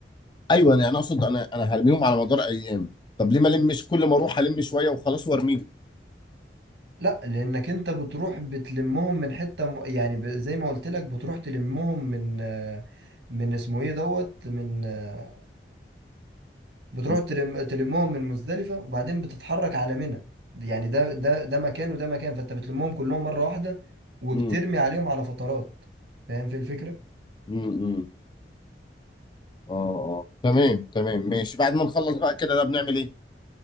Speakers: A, on the left (about 25°); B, on the right (about 80°).
A: ايوه انا يعني اقصد انا انا هرميهم على مدار ايام طب ليه ما المش كل ما اروح الم شويه وخلاص وارميهم
B: لا لأنك أنت بتروح بتلمهم من حتة م... يعني ب... زي ما قلت لك بتروح تلمهم من آه، من اسمه إيه دوت من آه، بتروح
A: مم.
B: تلم... تلمهم من مزدلفة وبعدين بتتحرك على منى يعني ده ده ده مكان وده مكان فانت بتلمهم كلهم مرة واحدة وبترمي
A: مم.
B: عليهم على فترات فاهم في الفكرة
A: مم. اه اه تمام تمام ماشي بعد ما نخلص بقى كده ده بنعمل ايه؟